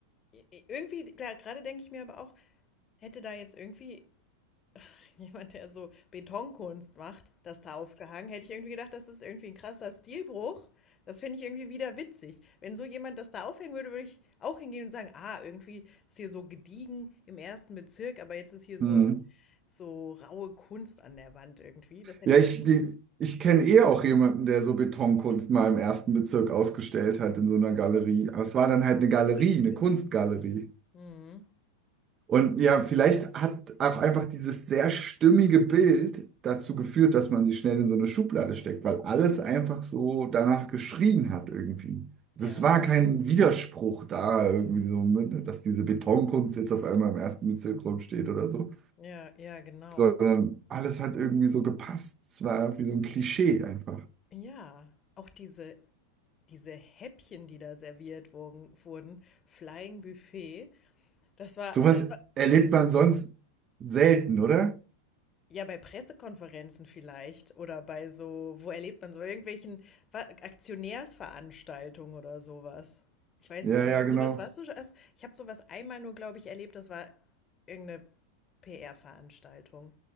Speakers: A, on the left (about 25°); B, on the right (about 25°).
A: irgendwie, klar, gerade denke ich mir aber auch, hätte da jetzt irgendwie <laughs> jemand, der so Betonkunst macht, das da aufgehangen, hätte ich irgendwie gedacht, das ist irgendwie ein krasser Stilbruch. Das finde ich irgendwie wieder witzig. Wenn so jemand das da aufhängen würde, würde ich auch hingehen und sagen, ah, irgendwie ist hier so gediegen im ersten Bezirk, aber jetzt ist hier so,
B: Hm.
A: so raue Kunst an der Wand irgendwie. Das hätte
B: Ja,
A: ich
B: ich,
A: dann.
B: ich kenne eh auch jemanden, der so Betonkunst mal im ersten Bezirk ausgestellt hat in so einer Galerie. Aber es war dann halt eine Galerie,
A: Stimmt.
B: eine Kunstgalerie.
A: Mhm.
B: Und ja, vielleicht hat auch einfach dieses sehr stimmige Bild dazu geführt, dass man sie schnell in so eine Schublade steckt, weil alles einfach so danach geschrien hat irgendwie. Das
A: Ja,
B: war kein Widerspruch da irgendwie so, ne, dass diese Betonkunst jetzt auf einmal im ersten Bezirk steht oder so,
A: ja, ja, genau.
B: sondern alles hat irgendwie so gepasst. Es war irgendwie so ein Klischee einfach.
A: Ja, auch diese, diese Häppchen, die da serviert wurden, wurden, Flying Buffet, das war,
B: Sowas
A: das war,
B: erlebt
A: das,
B: man sonst selten, oder?
A: ja, bei Pressekonferenzen vielleicht oder bei so, wo erlebt man so, irgendwelchen Wa- Aktionärsveranstaltungen oder sowas. Ich weiß
B: Ja,
A: nicht,
B: ja,
A: hast
B: genau.
A: du sowas, warst du schon, hast- ich habe sowas einmal nur, glaube ich, erlebt, das war irgendeine PR-Veranstaltung.